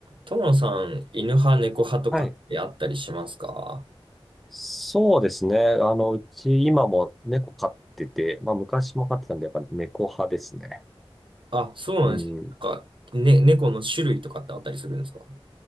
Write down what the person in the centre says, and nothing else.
はい。そうですね。あの、うち今も猫飼ってて、まあ昔も飼ってたんで、やっぱ猫派ですね。
うん。